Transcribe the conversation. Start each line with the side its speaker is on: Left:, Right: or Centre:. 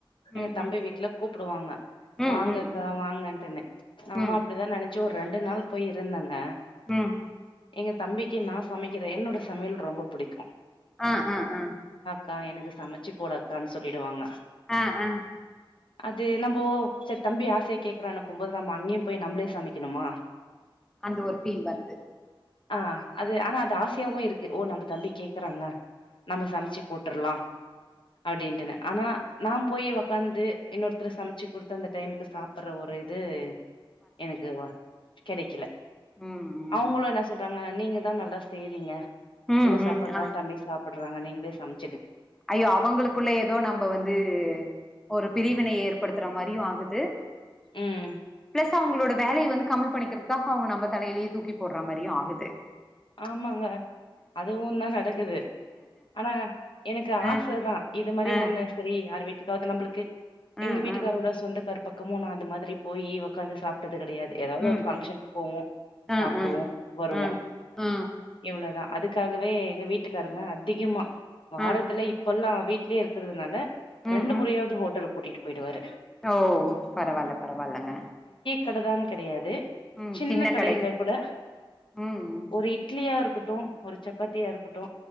Left: எங்க
Centre: ம்
Left: தம்பி
Centre: ம்
Left: வீட்ல கூப்புடுவாங்க
Centre: ம்
Left: வாங்கக்கா
Centre: ம்
Left: வாங்கன்ட்டுனு நானு
Centre: ம் ம்
Left: அப்டிதா நெனச்சு ஒர் ரெண்டு நாள் போய் இருந்தங்க
Centre: உம்
Left: எங்க தம்பிக்கு நா சமைக்கிறே என்னோட சமையல் ரொம்ப புடிக்கு
Centre: ஆஹ் ஆஹ் ஆஹ்
Left: கா எனக்கு சமச்சுப் போடு அக்கான் சொல்லிடுவாங்க
Centre: ஆஹ் ஆஹ்
Left: அது நம்போ செரி தம்பி ஆசைய கேக்குறான்னு போகும்போது நம்ம அங்கியும் போய் நம்ளே சமைக்கணுமா
Centre: அந்த ஒரு ஃபீல் வருது
Left: அ அது ஆனா அது ஆசையாவு இருக்கு ஓ நம்ப தம்பி கேக்கறாங்க நம்ம சம்ச்சு போட்ரலாம் அப்டின்ட்டுனு ஆனா நா‌ போய் ஒக்காந்து இன்னொருத்தர் சம்ச்சு குடுத்து அந்த டைமுக்கு சாப்பிட்ற ஒரு இது எனக்கு வா கெடைக்கல
Centre: உம் உம்
Left: அவங்களு என்ன சொல்றாங்க நீங்க தா நல்லா செய்றீங்க
Centre: ம்
Left: உங்க சாப்பாடு
Centre: ம் ஆ
Left: தா தம்பி சாப் பேட்றாங்க நீங்களே சம்
Centre: ஐயோ அவுங்களுக்குள்ள ஏதோ நம்ப வந்து ஒரு பிரிவினை ஏற்ப் படுத்துற மாரியு ஆகுது
Left: ம்
Centre: பிளஸ் அவுங்களோட வேலைய வந்து கம்மி பண்ணிக்கிறதுக்காக அவுங்க நம்ம தலையிலேயே தூக்கி போட்ற மாரியு ஆகுது
Left: ஆமாங்க அதுவு தா நடக்குது ஆனா எனக் கு
Centre: ஆ
Left: ஆச தா இது மாரி
Centre: ஆ
Left: ஒண்ணு செரி யார் வீட்டுக்காவது நம்புளுக்கு
Centre: ஆ
Left: எங்க வீட்டுக்காரோட
Centre: ஆ
Left: சொந்தக்கார் பக்கமோ நா அந்த மாதிரி போயி ஒக்காந்து சாப் டது கெடையாது ஏதாவது
Centre: ம்
Left: ஒரு ஃபங்ஷன்
Centre: ம்
Left: போவோ
Centre: ஆ
Left: சாப்டுவோ
Centre: ஆ
Left: வருவோ
Centre: ஆ ஆ
Left: இவ்ளோதா அதுக்காகவே எங்க வீட்டுக்காரங்க அதிகமா வாரத்துல
Centre: ஆ
Left: இப்பந்தா வீட்லயே இருகறதுனால
Centre: ம்
Left: ரெண்டு
Centre: ம்
Left: முறையாவது ஹோட்டல் கூட்டிட்டு போயிடுவாரு
Centre: ஓ பரவால்ல பரவால்லங்க
Left: கததான்னு கெடையாது
Centre: ம் சின்ன
Left: கடையில
Centre: கடை
Left: கூட
Centre: ம் ம்
Left: ஒரு இட்லியா இருக்கட்டும் ஒரு சப்பாத்தியா இருக்கட்டு